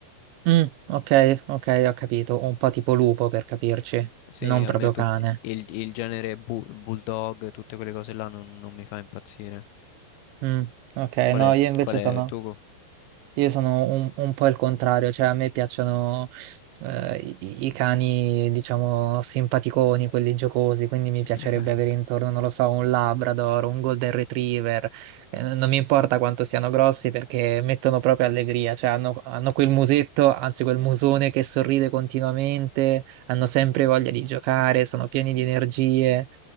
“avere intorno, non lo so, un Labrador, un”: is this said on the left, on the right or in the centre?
Right